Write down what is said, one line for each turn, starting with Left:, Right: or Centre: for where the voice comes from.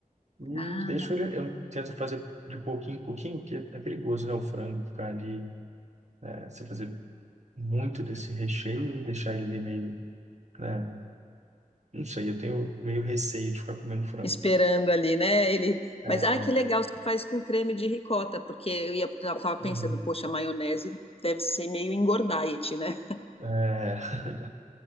Right: E
Left: Ah,
Right: deixo ele, eu tento fazer de pouquinho em pouquinho, porque é perigoso, né? O frango ficar ali, é, você fazer muito desse recheio e deixar ele ali meio, né? Não sei, eu tenho meio receio de ficar comendo frango.
Left: esperando ali, né? Ele, mas
Right: É,
Left: ah, que legal, você faz com creme de ricota, porque eu ia, eu tava pensando,
Right: Uhum.
Left: poxa, maionese deve ser meio engordaiete, né?
Right: É, <laughs>